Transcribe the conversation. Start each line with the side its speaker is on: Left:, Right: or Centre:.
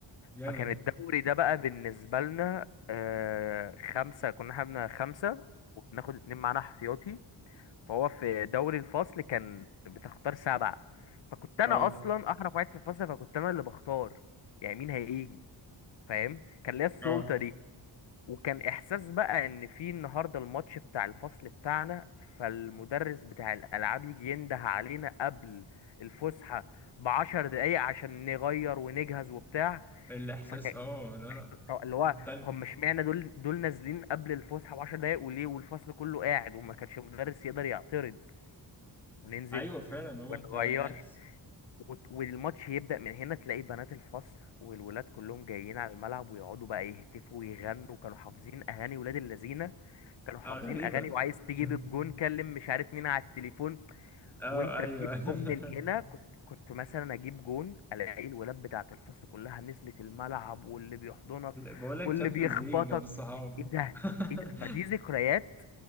Centre: جامد
Left: فكان الدوري ده بقى بالنسبة لنا آه، خمسة كنا احنا بن- خمسة وبناخد اتنين معانا احتياطي فهو في دوري الفصل كان بتختار سبعة فكنت انا
Centre: اه
Left: اصلا احرف واحد في الفصل فكنت انا اللي بختار يعني مين هيجي فاهم كان ليا السلطة
Centre: اه
Left: دي وكان احساس بقى ان في النهارده الماتش بتاع الفصل بتاعنا فالمدرس بتاع الالعاب يجي ينده علينا قبل الفسحة بعشر دقايق عشان نغير ونجهز وبتاع
Centre: الاحساس
Left: فكان
Centre: اه لا لا
Left: طب اللي هو
Centre: مختلف
Left: هم اشمعنى دول دول نازلين قبل الفسحة بعشر دقايق وليه والفصل كله قاعد وما كانش المدرس يقدر يعترض وننزل
Centre: ايوه فعلا هو
Left: ونغير
Centre: انت احس
Left: وت- والماتش يبدأ من هنا تلاقي بنات الفصل والولاد كلهم جايين على الملعب ويقعدوا بقى يهتفوا ويغنوا كانوا حافظين أغاني ولاد اللذينة كانوا حافظين
Centre: اه غريبة
Left: أغاني وعايز تجيب
Centre: <laughs>
Left: الجون كلم مش عارف مين على التليفون
Centre: اه
Left: وأنت
Centre: ايوه
Left: تجيب
Centre: <laughs>
Left: جون من هنا كنت كنت مثلا أجيب جون ألاقي الولاد بتاعة الفصل كلها نزلت الملعب واللي بيحضنك
Centre: بقول لك
Left: واللي
Centre: تشامبيونز
Left: بيخبطك
Centre: ليج جاب الصحاب
Left: إيه ده
Centre: <laughs>
Left: إيه ده فدي ذكريات